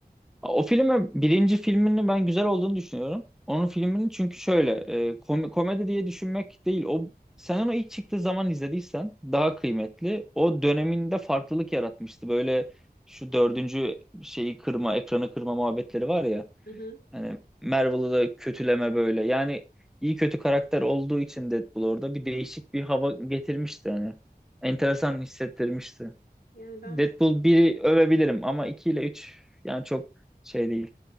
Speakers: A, in the centre; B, on the left (about 70°).
A: O filmi birinci filmini ben güzel olduğunu düşünüyorum. Onun filmini çünkü şöyle e, kom- komedi diye düşünmek değil. O sen onu ilk çıktığı zaman izlediysen daha kıymetli. O döneminde farklılık yaratmıştı. Böyle şu dördüncü şeyi kırma, ekranı kırma muhabbetleri var ya.
B: <laughs> Hı hı.
A: Hani Marvel'ı da kötüleme böyle. Yani iyi kötü karakter olduğu için Deadpool orada bir değişik bir hava getirmişti hani. Enteresan hissettirmişti.
B: Yani ben
A: Deadpool 1'i övebilirim ama 2 ile 3 yani çok şey değil.